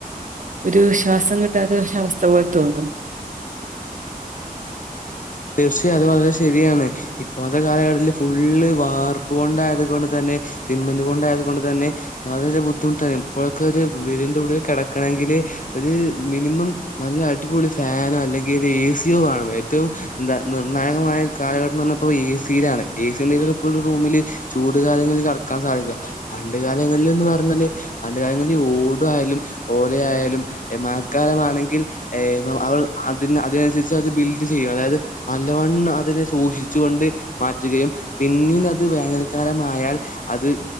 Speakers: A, on the right; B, on the left.
A: ഒരു ശ്വാസം കിട്ടാത്തക്ഷ അവസ്ഥ പോലെ തോന്നും <inaudible>
B: ക്ഷ അത് വളരെ ശരിയാണ് ഇപ്പോഴത്തെ കാലഘട്ടതിലാത് ഫുള്ള് വാർപ്പ് കൊണ്ടായത് കൊണ്ട് തന്നെ സിമ്മന്റ് കൊണ്ടായത് കൊണ്ട് തന്നെ വളരെരെ ബുദ്ധിമുട്ടാണ് ഇപ്പോഴൊക്കെ ഒരു വീടിന്റെ ഉള്ളിൽ കിടക്കണങ്കില് ഒരു മിനിമം നല്ല അടിപൊളി ഫെനോ അല്ലെങ്കിൽ ഒരു ഏ സിയോ വേണം ഏറ്റവും എന്താ നിർണ്ണായകമായ കാലഘട്ടം എന്ന് പറഞ്ഞപ്പോ എ സിയുടെ ആണ് എ സി ഇണ്ടങ്കിലു ഇപ്പൊരു റൂമില് ചൂട് കാലങ്ങളി ല് കിടാക്കാൻ സാധിതാ പണ്ട് കാലങ്ങളിലന്ന് പറഞ്ഞാല് പണ്ട് കാലങ്ങള ഓട ആയാലും ആയാലും മഴക്കാലമാണെങ്കിൽ അവ അതിന് അതിനനുസരിച്ച് അത് ബിൽഡ് ചെയ്യും അതായത് നല്ലവണ് അതിനെ സൂക്ഷിച്ചു കൊണ്ട് മാറ്റുകയും പിന്നീട് അത് വേനൽക്കാലമായാൽ അത്